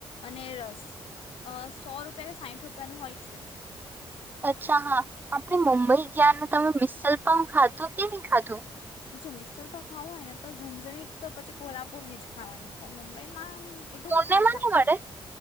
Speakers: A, on the left; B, on the right.
A: અને રસ અ સો રૂપિયા કે સાઠ રૂપિયાનું હોય છે
B: અચ્છા હા આપણેે મુંબઈ ગયા તમે મિસલપામ ખાધો કે નહી ખાધો
A: જો મિસલ પર ખાવું હોય ને તો ઝનઝણી જ તો પછી કોલ્હાપુર ની જ ખાવાની તો મુંબઈમાં હમ એટલું
B: પુણે
A: કઈ ખાસ
B: માં
A: ના
B: નહી
A: પડે
B: મળે